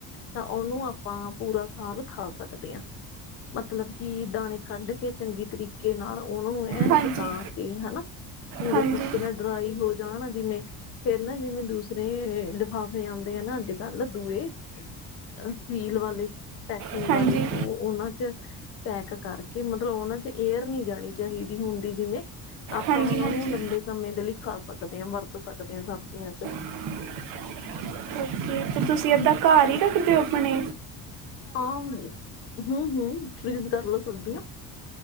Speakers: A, on the left; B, on the right.
A: ਤਾਂ ਉਹਨੂੰ ਆਪਾਂ ਪੂਰਾ ਸਾਲ ਖਾ ਸਕਦੇ ਆਂ। ਮਤਲਬ ਕਿ ਦਾਣੇ ਕੱਢ ਕੇ ਚੰਗੀ ਤਰੀ ਰੀਕੇ ਨਾਲ ਉਨੂੰ ਐਂ
B: ਹਾਂਜੀ
A: ਸਕਾ ਕੇ ਹੈਨਾਂ, ਚੰਗੇ
B: ਹਾਂਜੀ ਹਾਂਜੀ
A: ਤਰੀਕੇ ਨਾਲ ਡਰਾਈ ਹੋ ਜਾਣ ਜਿਵੇਂ ਫੇਰ ਨਾ ਜਿਵੇਂ ਦੂਸਰੇ ਲਿਫਾਫੇ ਆਂਦੇ ਆ ਨਾ ਅੱਜ-ਕਲ ਦੂਏ ਸੀਲ ਵਾਲੇ, ਪੈਕਿੰਗ
B: ਹਾਂਜੀ
A: ਵਾਲੇ ਉਹ ਉਹਨਾਂ ਚ ਪੈਕ ਕਰਕੇ ਮਤਲਬ ਉਹਨਾਂ ਚ ਏਅਰ ਨ੍ਹੀਂ ਜਾਣੀ ਚਹੀਦੀ ਹੁੰਦੀ ਜਿਵੇਂ ਆਪਾਂ
B: ਹਾਂਜੀ
A: ਉਹਨਾਂ
B: ਹਾਂਜੀ
A: ਨੂੰ ਲੰਬੇ ਸਮੇਂ ਦੇ ਲਈ ਖਾ ਸਕਦੇ ਆਂ, ਵਰਤ ਸਕਦੇ ਆਂ ਸਬਜ਼ੀਆਂ ਚ
B: <inaudible> ਤੁਸੀਂ ਏਧਾ ਘਰ ਈ ਰੱਖਦੇ ਹੋ ਅਪਣੇ।
A: ਹਾਂ, ਹਂ, ਹਂ। ਫ੍ਰੀਜ਼ ਕਰ ਲੋ ਸਬਜ਼ੀਆਂ।